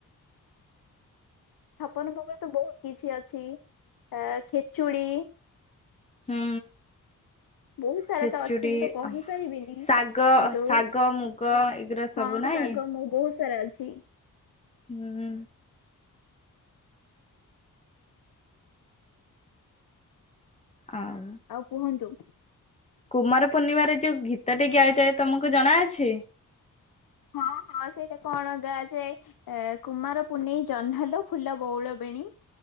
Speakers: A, on the left; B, on the left.
A: <inaudible> ଛପନ ଭୋଗ ରେ ତ ବହୁତ କିଛି ଅଛି। ଆ ଖେଚୁଡି
B: ହୁଁ।
A: <inaudible> ବହୁତ ସାରା
B: ଖେଚୁଡି
A: ତ ଅଛି। ମୁଁ ତ କହିପାରିବିନି।
B: ଶାଗ
A: କିନ୍ତୁ
B: ଶାଗ ମୁଗ ଏଗୁରା ସବୁ
A: ହଁ
B: ନାଇଁ
A: ଆଗ ମୁଁ ବହୁତ ସାରା ଅଛି।
B: ହୁଁ। ଆ
A: ଆଉ କୁହନ୍ତୁ।
B: କୁମାର ପୂର୍ଣ୍ଣିମାରେ ଯୋଉ ଗୀତଟି ଗା ଯାଏ ତମକୁ ଜଣାଅଛି।
A: ହଁ। ହଁ ସେଇଟା କଣ ଅଗା ଯେ କୁମାର ପୁନେଇ ଜହ୍ନଲୋ ଫୁଲ ବଉଳ ବେଣୀ।